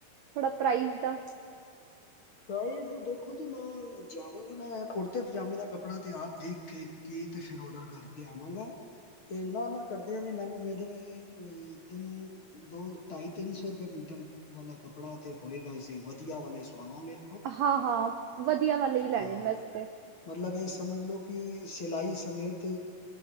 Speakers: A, on the right (about 75°); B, on the left (about 45°).
A: ਥੋੜਾ ਪ੍ਰਾਈਜ਼ ਦਾ
B: ਪ੍ਰਾਈਜ਼ ਦੇਖੋ ਜੀ, ਮੈਂ ਜਾਵਾਂਗਾ! ਮੈਂ ਕੁੜਤੇ -ਪਜਾਮੇ ਦਾ ਕੱਪੜਾ ਤੇ ਆਪ ਦੇਖ ਕੇ ਕੀ, ਤੇ ਫਿਰ ਔਡਰ ਕਰਕੇ ਆਵਾਂਗਾ! ਤੇ ਨਾ -ਨਾ ਕਰਦੀਆਂ ਵੀ, ਮੈਨੂੰ ਮਿਲੇਗੀ ਤੁਨ-ਤੁਨ ਦੋ ਢਾਈ -ਤਿੰਨ ਸੌ, ਰੁਪਏ ਮੀਟਰ ਵਾਲਾ, ਕੱਪੜਾ ਤੇ ਹੋਏਗਾ! ਹੀ ਸੀ ਵਧੀਆ ਵਾਲੇ ਸੁਆਵਾਂਗੇ
A: ਹਾਂ -ਹਾਂ ਵਧੀਆਵਾਲੇ, ਹੀ ਲੈਣੇ
B: ਹਾਂ
A: ਨੇ ਵੈਸੇ ਤੇ
B: ਮਤਲਬ, ਇਹ ਸਮਝ ਲਵੋ ਕਿ, ਸਿਲਾਈ ਸਮੇਤ